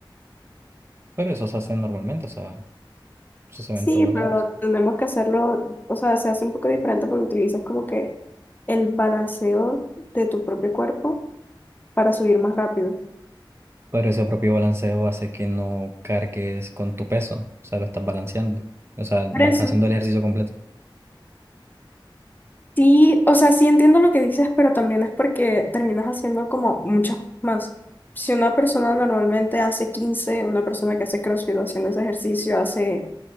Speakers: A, on the right (about 30°); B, on the left (about 20°).
A: Pero eso se hace normalmente, o sea, eso se
B: Sí,
A: ve en todos
B: pero
A: lados.
B: tenemos que hacerlo, o sea, se hace un poco diferente porque utilizas como que el balanceo de tu propio cuerpo para subir más rápido.
A: Pero ese propio balanceo hace que no cargues con tu peso, o sea, lo estás balanceando. O sea, no
B: Por eso.
A: estás haciendo el ejercicio completo.
B: Sí, o sea, sí entiendo lo que dices, pero también es porque terminas haciendo como muchas más. Si una persona normalmente hace quince una persona que hace CrossFit haciendo ese ejercicio hace